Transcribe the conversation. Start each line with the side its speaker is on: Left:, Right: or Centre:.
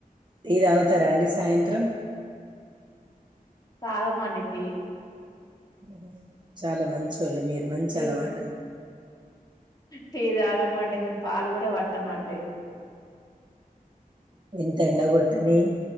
Right: టీ తాగుతారండి సాయంత్రం
Left: తాగమండి టీ
Right: ఉహు చాలా మంచోళ్ళు మీరు మంచి
Left: టీ
Right: అలవాటు
Left: టీ తాగమండి మేము పాలు కూడా పట్టమండి
Right: ఎంత ఎండ కొట్టని